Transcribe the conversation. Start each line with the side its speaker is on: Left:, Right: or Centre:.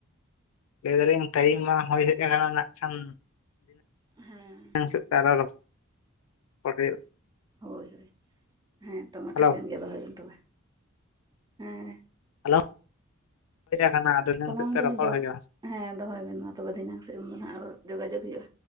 Left: ᱞᱟᱹᱭ ᱫᱟᱞᱤᱧ ᱴᱟᱭᱤᱢ ᱢᱟ ᱦᱩᱭ ᱦᱮᱡ ᱟᱠᱟᱱᱟ ᱱᱟᱜ ᱠᱷᱟᱱ
Right: ᱦᱮᱸ
Left: ᱢᱤᱫᱟᱝ ᱥᱮᱣᱛᱮ ᱟᱨᱚ ᱨᱚᱯᱚᱲ ᱦᱩᱭᱩᱜᱼᱟ᱾
Right: ᱦᱳᱭ ᱦᱳᱭ ᱦᱮᱸ ᱛᱚ ᱢᱟ
Left: ᱦᱮᱞᱳ
Right: ᱴᱷᱤᱠᱟᱹᱱ ᱜᱮᱭᱟ ᱫᱚᱦᱚᱭ ᱵᱮᱱ ᱛᱚᱵᱮ ᱦᱮᱸ᱾
Left: ᱦᱮᱞᱳ ᱠᱟᱱᱟ ᱟᱫᱚ ᱤᱱᱟᱹᱝ
Right: ᱛᱚ ᱢᱟ
Left: ᱥᱮᱫ
Right: ᱢᱮᱱᱫᱟᱞᱤᱧ
Left: ᱛᱮ ᱨᱚᱯᱚᱲ
Right: ᱫᱚ
Left: ᱦᱩᱭᱩᱜᱼᱟ᱾
Right: ᱦᱮᱸ ᱫᱚᱦᱚᱭ ᱵᱮᱱ ᱢᱟ ᱛᱚᱵᱮ ᱫᱷᱤᱱᱟᱹᱝ ᱥᱮᱫ ᱫᱚ ᱦᱟᱜ ᱟᱨᱚ ᱡᱳᱜᱟᱡᱳᱜ ᱦᱩᱭᱩᱜᱼᱟ᱾